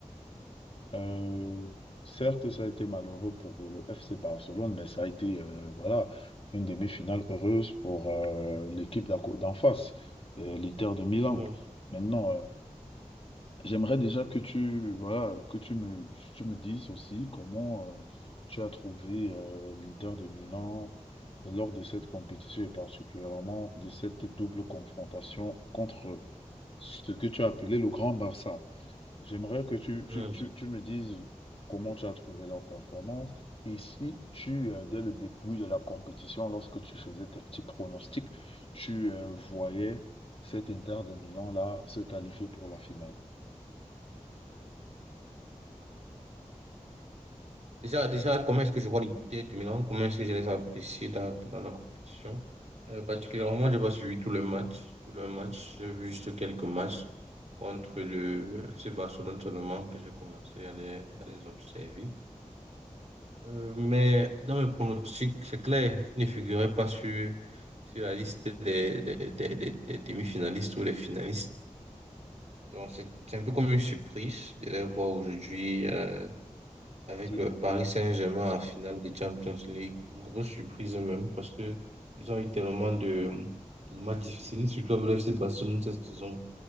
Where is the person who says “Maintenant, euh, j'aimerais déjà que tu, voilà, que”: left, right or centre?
Left